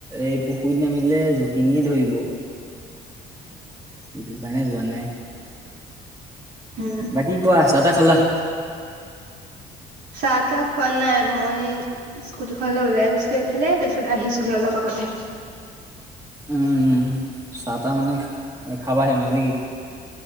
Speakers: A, on the right (about 20°); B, on the right (about 75°).
A: এই পুখুৰীত নামিলে জখিনিয়ে ধৰিব। সেইটো কাৰণে যোৱা নাই।
B: উম।
A: বাকী কোৱা চাহ-তাহ খালা?
B: চাহ-তাহ খোৱা নাই মই স্কুটিখনলৈ ওলাই গৈছিলো এইফালে তাৰপিছত আহিছোহে অলপ আগতে।
A: উ'ম চাহ তাহ মানে খাবাহে মানে নেকি?